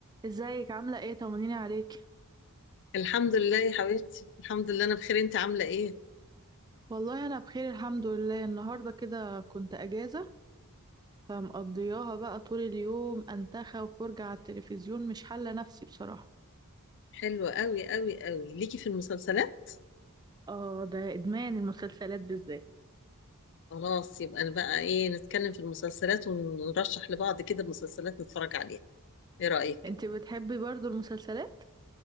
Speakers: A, on the right; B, on the left.
A: ازيك عاملة ايه طمنيني عليك
B: الحمد لله يا حبيبتي الحمد لله انا بخير انت عامله ايه
A: والله انا بخير الحمد لله النهاردة كده كنت اجازة فمقضياها بقى طول اليوم انتخى وفرجة على التلفزيون مش حالة نفسي بصراحة
B: حلوه قوي قوي قوي ليكي في المسلسلات
A: اه ده ادمان المسلسلات بالذات
B: خلاص يبقى انا بقى ايه نتكلم في المسلسلات ونرشح لبعض كده مسلسلات نتفرج عليها ايه رايك
A: انتي بتحبي برضو المسلسلات